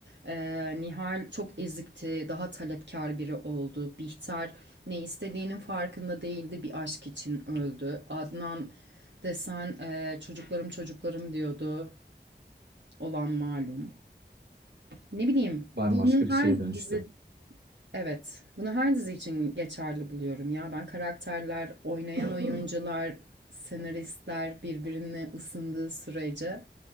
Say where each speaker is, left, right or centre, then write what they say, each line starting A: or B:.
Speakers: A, on the right; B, on the right.
A: Eee, Nihal çok ezikti, daha talepkar biri oldu. Bihter ne istediğinin farkında değildi, bir aşk için öldü. Adnan desen eee, çocuklarım çocuklarım diyordu. Olan malum. Ne bileyim,
B: Bambaşka
A: bunun
B: bir
A: her
B: şeye dönüştü.
A: dizi Evet, bunu her dizi için geçerli buluyorum ya. Ben karakterler, oynayan oyuncular, senaristler birbirine ısındığı sürece,